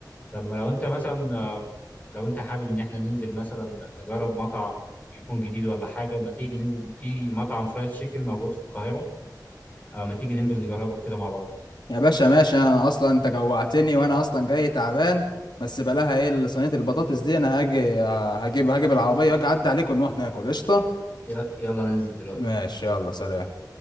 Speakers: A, on the left (about 25°); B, on the left (about 80°).
A: طب ما لو انت مثلا آه، لو انت حابب ان احنا ننزل مثلا نجرب مطعم يكون جديد ولا حاجة ما تيجي ننزل في مطعم فرايد تشيكن موجود في القاهرة آه، ما تيجي ننزل نجربه كده مع بعض
B: يا باشا ماشي انا اصلا انت جوعتني وانا اصلا جاي تعبان بس بلاها ايه صينيه البطاطس دي انا هاجي آه، هجيب هجيب العربيه واجي اعدي عليكم ونروح ناكل قشطه
A: ي- يلا ننزل دلوقتي
B: ماشي يلا سلام